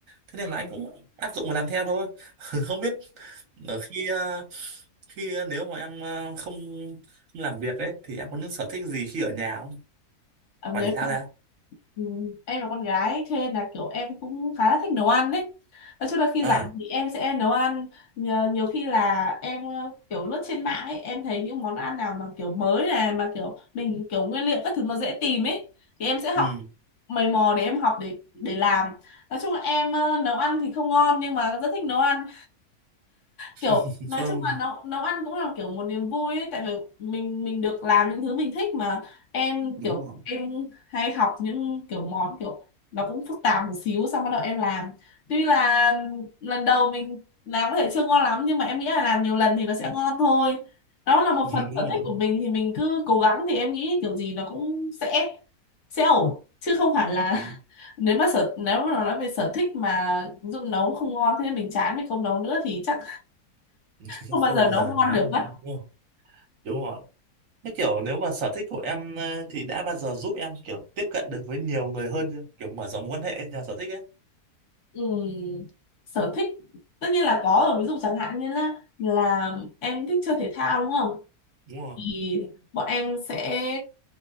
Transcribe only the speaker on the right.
Thế nên là anh cũng áp dụng và làm theo thôi. <laughs> Không biết ở khi à, khi ờ, nếu mà em ờ, không, không làm việc ấy thì em có những sở thích gì khi ở nhà không
ngoài
thể thao
ra
à
ừ
<laughs>
không
đúng
rồi
Ừ,
đúng
rồi
đúng
thì
không
bao
giờ
dám
đúng rồi đúng rồi thế kiểu nếu mà sở thích của em ờ, thì đã bao giờ giúp em kiểu tiếp cận được với nhiều người hơn chưa kiểu mở rộng quan hệ nhờ sở thích ấy
đúng rồi